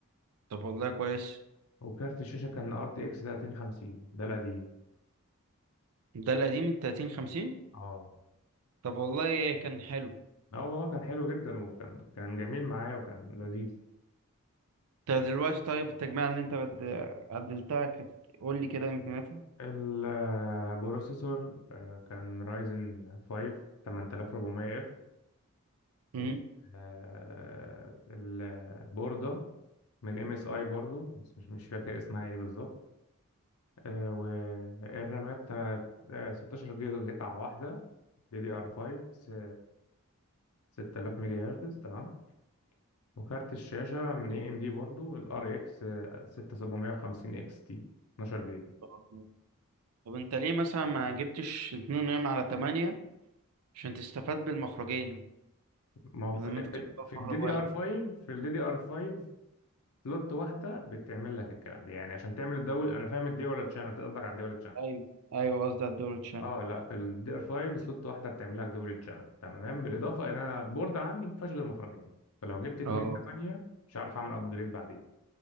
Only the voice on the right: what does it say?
طب والله كويس
ده القديم ال 30 50
طب والله كان حلو
انت دلوقتي طيب التجميع اللي انت بد- عدلتها كانت قول لي كده امكانياتها
امم
طب طب انت ليه مثلا ما جبتش 2 على 8 عشان تستفاد بالمخرجين
بدل
ما انت تحطها
في
مخرج
واحد
ايوه ايوه قصدي على الدور تشان
اه